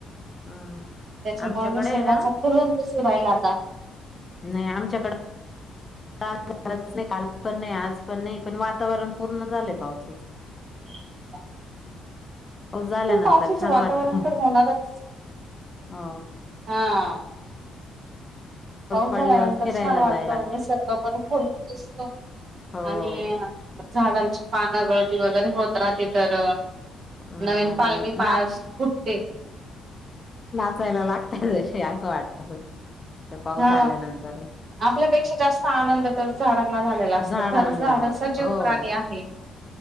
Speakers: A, on the left; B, on the right.
A: हा.
B: त्याच्यामुळे
A: आमच्याकडे
B: निसर्गाचा
A: आहे ना
B: खुलून दिसू राहिला आता
A: नाही आमच्याकडे. नाही काल पण नाही आज पण नाही पण वातावरण पूर्ण झालंय पावसाच.
B: <unintelligible>
A: पाऊस झाल्यानंतर
B: पण पावसाचं
A: छान
B: वातावरण
A: वाटत
B: तर होणारच
A: हो
B: हा. पाऊस
A: पडल्यावर
B: झाल्यानंतर
A: फिरायला
B: छान वाटतं
A: जायला लाग-
B: निसर्ग पण खलुन दिसतो.
A: हो
B: आणि झाडांची पानं गळती वगैरे होत राहते तर.
A: हं,
B: नवीन
A: आणि
B: पालवी
A: ना
B: पा फुटते.
A: वाचायला लागतय ज असं वाटत ते पाऊस
B: हा
A: आल्यानंतर.
B: आपल्यापेक्षा जास्त आनंद तर झाडांना झालेला असत
A: झाडांला
B: खरंच झाडचाजीव
A: हो.
B: पा णी आहे.